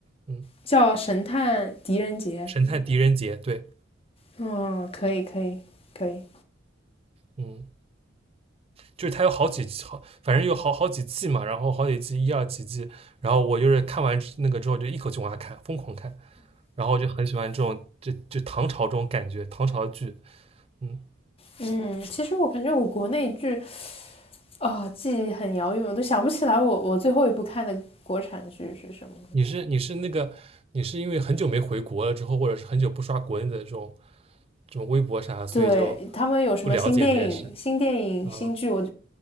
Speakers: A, on the right (about 30°); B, on the left (about 30°).
A: 嗯，
B: 叫神探狄仁杰。
A: 《神探狄仁杰》对，
B: 嗯，可以，可以，可以。
A: 嗯。就是它有好几好，反正有好好几季嘛，然后好几季一二几季，然后我就是看完那个之后就一口气往下看，疯狂看，然后我就很喜欢这种就就唐朝这种感觉，唐朝剧，嗯，
B: 嗯，其实我感觉我国内剧啊，记忆很遥远，我都想不起来我我最后一部看的国产剧是什么。
A: 你是你是那个你是因为很久没回国了之后，或者是很久不刷国内的这种这种微博啥，所以就
B: 对他们有什么新电影、
A: 不了解这件事，
B: 新电影、
A: 啊
B: 新剧，我